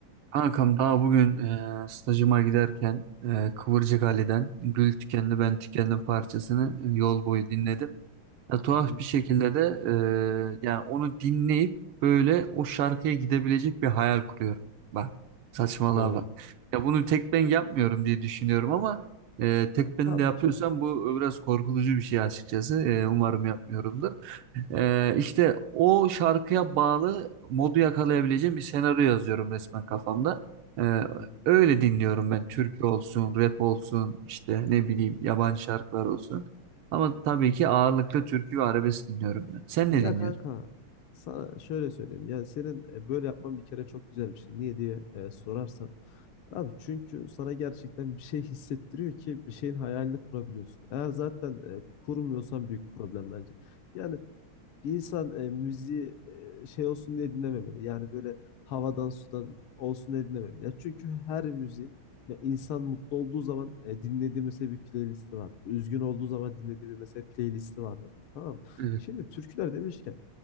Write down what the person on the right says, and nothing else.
Kankam daha bugün e, stajıma giderken e, Kıvırcık Ali'den Gül Tükendi Ben Tükendim parçasını yol boyu dinledim. Ya, tuhaf
bir şekilde de e, yani onu dinleyip böyle o şarkıya gidebilecek bir hayal kuruyorum. Bak saçmalığa
bak. Ya bunu tek ben yapmıyorum diye düşünüyorum ama e, tek
ben
de yapıyorsam
bu biraz korkutucu bir şey açıkçası. E, umarım yapmıyorumdur. Ee, işte o şarkıya bağlı modu yakalayabileceğim bir senaryo yazıyorum resmen kafamda. Ee,
öyle dinliyorum ben. Türkü olsun, rap olsun, işte ne bileyim yabancı şarkılar olsun. Ama tabii ki ağırlıklı türkü ve arabesk dinliyorum ben. Sen ne
dinliyorsun?
Evet.